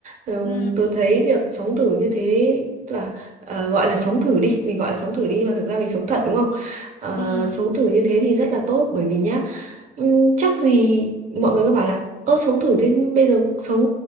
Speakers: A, on the right; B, on the left.
A: Ừ,
B: Ừ.
A: tôi thấy việc sống thử như thế tức là ờ, gọi là sống thử đi mình gọi là sống thử đi nhưng mà thực ra mình sống thật
B: Ừ.
A: đúng không Ờ,
B: Ừ.
A: sống thử như thế thì rất là tốt bởi vì nhá ừm, chắc gì mọi người cứ bảo là ơ sống thử thì bây giờ sống